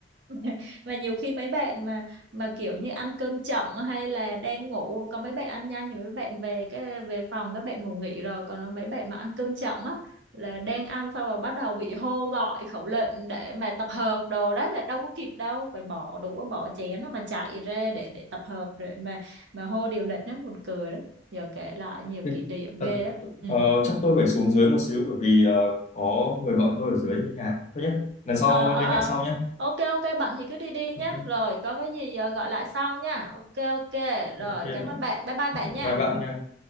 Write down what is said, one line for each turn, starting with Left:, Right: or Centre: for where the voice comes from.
Right: <laughs> và nhiều khi mấy bạn mà mà kiểu như ăn cơm chậm hay là đang ngủ có mấy bạn ăn nhanh thì mấy bạn về cái về phòng các bạn ngủ nghỉ rồi còn mấy bạn mà ăn cơm chậm á là đang ăn xong rồi bắt đầu bị hô gọi khẩu lệnh để mà tập hợp đồ đấy là đâu có kịp đâu phải bỏ đũa bỏ chén nó mà chạy ra để để tập hợp rồi mà mà hô điều lệnh đó buồn cười lắm giờ kể lại nhiều kỷ
Left: Thế-
Right: niệm
Left: À,
Right: ghê á ừ
Left: ờ, chắc tôi phải xuống dưới một xíu bởi vì ờ, có người gọi tôi ở dưới nhà thôi nhé. Lần sau
Right: ờ ờ
Left: liên
Right: ờ
Left: hệ sau nhé.
Right: ok ok bận thì cứ đi đi nhé
Left: Ok,
Right: rồi có cái gì ờ, gọi lại sau nha ok ok rồi
Left: ok
Right: cảm
Left: bạn,
Right: ơn bạn bye bye bạn
Left: ok,
Right: nha
Left: bye bạn nha.